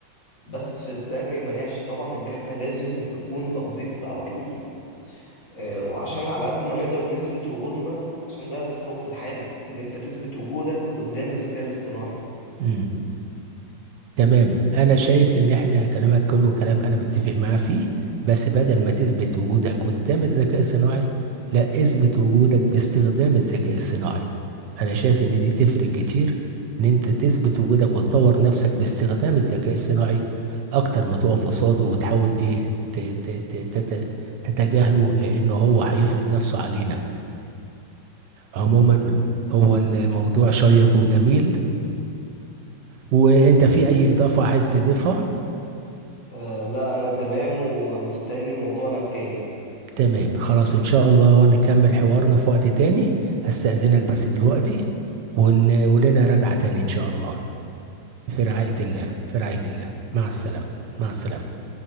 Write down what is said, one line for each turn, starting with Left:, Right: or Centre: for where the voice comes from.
Left: بس ده ما يمنعش طبعا اللي احنا لازم نكون ابديتد على طول آه، وعشان على قد ما نقدر نثبت وجودنا عشان ده التخوف الحالي ان انت تثبت وجودك قدام الذكاء الاصطناعي
Right: مم. تمام انا شايف ان احنا كلامك كله كلام انا متفق معاه فيه بس بدل ما تثبت وجودك قدام الذكاء الصناعي لا اثبت وجودك باستخدام الذكاء الصناعي انا شايف ان دي تفرق كتير ان انت تثبت وجودك وتطور نفسك باستخدام الذكاء الصناعي اكتر ما تقف قصاده وتحاول ايه ت- ت- ت- تت- تتجاهله لان هو هيفرض نفسه علينا عموما
Left: صح.
Right: هو الموضوع شيق وجميل وانت
Left: مم.
Right: في اي اضافة عايز تضيفها
Left: آه لا انا تمام ومستني موضوعنا التاني
Right: تمام خلاص ان شاء الله نكمل حوارنا في وقت تاني استأذنك بس دلوقتي ون... ولنا رجعة تاني ان شاء الله في
Left: اتفقنا
Right: رعاية الله في رعاية الله مع السلامة
Left: يلا.
Right: مع السلامة